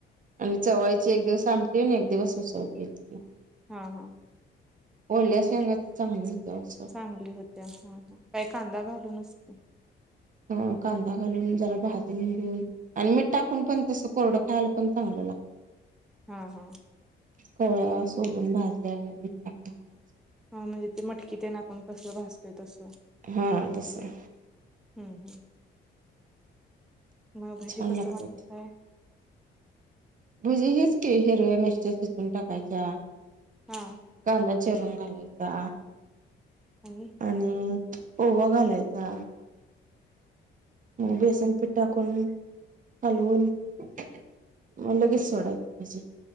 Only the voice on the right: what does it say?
आणि चवळीची एक दिवस आमटी आणि एक दिवस उसळ केलती
ओल्या शेंगा च चांगली हुत्या उसळ
अ कांदा घालून जरा भाजून घेऊन आणि मीठ टाकून पण तसं कोरडं खायला पण चांगलं लागत.
कवळ्या सोलून भाजलेल्या मीठ टाकून खायचं
हा तसं
छान
लागतात
भजी हेच की हिरव्या मिरच्या चिचून टाकायच्या
कांदा चिरून घालायचा
आणि प ओवा घालायचा बेसन पिठा टाकून हलवून मग लगेच सोडायच भजी